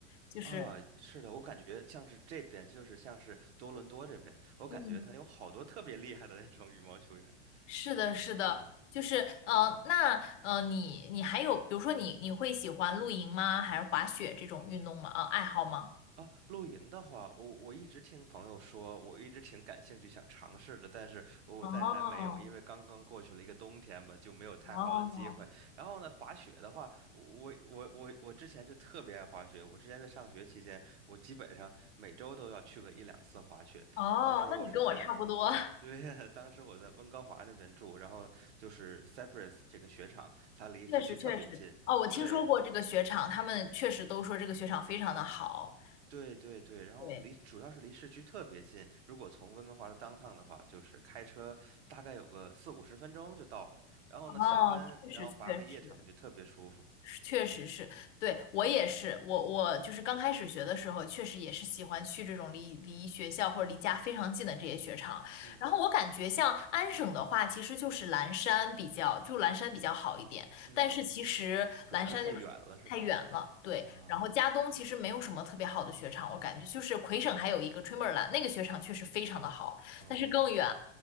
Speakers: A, on the left; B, on the right.
A: 就是，
B: 啊，是的，我感觉像是这边，就是像是多伦多这边，我感觉他有好多特别厉害的那种羽毛球员。
A: 嗯，是的，是的，
B: 是的，
A: 就是呃，那呃，你你还有，比如说你你会喜欢露营吗？还是滑雪这种运动吗？啊，爱好吗？
B: 啊，露营的话，我我一直听朋友说，我一直挺感兴趣想尝试的，但是我暂时还没有，
A: 哦，
B: 因为刚刚过去了一个冬天吧，就没有太好的机会。
A: 哦
B: 然后呢，滑雪的话，我我我我之前就特别爱滑雪，我之前在上学期间，我基本上每周都要去个一两次滑雪。
A: 哦，
B: 当时我是在
A: 那你跟我差不多，
B: 对，<laughs> 当时我在温哥华那边住，然后就是 Cypress 这个雪场，它离市区特别近。
A: <laughs> 确实确实。哦，我听说过这个雪场，
B: 对，
A: 他们确实都说这个雪场非常的好。
B: 对对对，然后离主要是离市区特别近，
A: 对，
B: 如果从温哥华的 downtown 的话，就是开车大概有个四五十分钟就到了。然后呢，
A: 哦，
B: 下班然后滑个夜场就特别舒服。
A: 确实确实。确实是，对，我也是，我我就是刚开始学的时候，确实也是喜欢去这种离离学校或者离家非常近的这些雪场。
B: 嗯嗯
A: 然后我感觉像安省的话，其实就是蓝山比较，就蓝山比较好一点。
B: 嗯，
A: 但是其实蓝山就是太远了，
B: 可能会太远了是吧？
A: 对。
B: 啊
A: 然后加东其实没有什么特别好的雪场，我感觉就是魁省还有一个 Tremorland，那个雪场确实非常的好，
B: 哦
A: 但是更远。